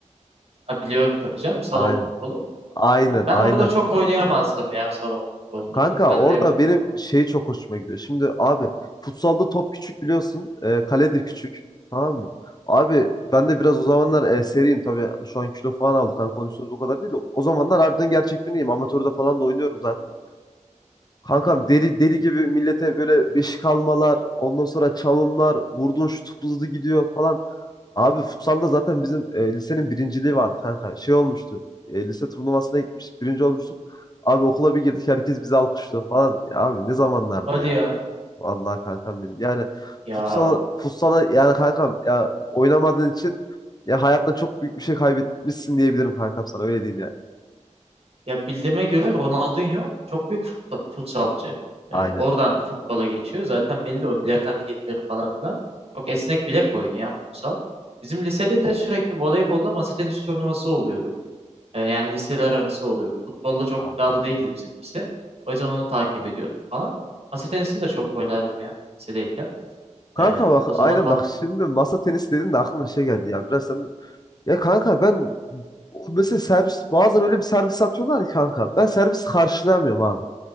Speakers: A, on the right; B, on the left.
A: Ha, biliyorum tabii canım salon
B: Aynen.
A: futbolu.
B: Aynen
A: E, ben
B: aynen.
A: orada çok oynayamazdım ya salon futbolunda.
B: Kanka
A: Çok bende
B: orada
A: yoktu
B: benim
A: o.
B: şey çok hoşuma gidiyor. Şimdi abi futsalda top küçük biliyorsun. E, kale de küçük. Tamam mı? Abi ben
A: Hı hı.
B: de biraz o zamanlar e, seriyim. Tabii şu an kilo falan aldık. Hani kondisyonumuz o kadar değil. de O zamanlar harbiden gerçekten iyiyim. Amatörde falan da oynuyorum zaten. Kankam
A: Hı hı.
B: deli deli gibi millete böyle beşik almalar, ondan sonra çalımlar, vurduğun şut hızlı gidiyor falan. Abi futsalda zaten bizim e, lisenin birinciliği vardı kanka. Şey olmuştu. e, lise turnuvasına gitmiş, birinci olmuştuk. Abi okula bir girdik herkes bizi alkışlıyor falan. Ya abi ne zamanlardı
A: Hadi
B: ya.
A: ya.
B: Vallahi kankam benim. Yani
A: Ya
B: futsal futsala yani kankam ya oynamadığın için ya hayatta çok büyük bir şey kaybetmişsin diyebilirim kankam sana öyle diyeyim yani.
A: Ya bildiğime göre Ronaldinho çok büyük futbol, futsalcı.
B: Aynen.
A: Ee, oradan futbola geçiyor. Zaten belli o bilek hareketleri falan filan. Çok esnek bilek oyunu ya futsal. Bizim lisede de sürekli voleybolla masa tenisi turnuvası oluyordu. Ee, yani liseler arası oluyordu. Futbolda çok
B: Aa.
A: iddialı değildi bizim lise. O yüzden onu takip ediyordum falan. Masa tenisini de çok oynardım ya lisedeyken.
B: Kanka
A: Ee,
B: bak
A: o zaman
B: aynen
A: bat...
B: bak şimdi masa tenisi dedin de aklıma şey geldi ya biraz sen ya kanka ben o mesela servis bazen öyle bir servis atıyorlar ki kanka ben servis karşılayamıyorum abi.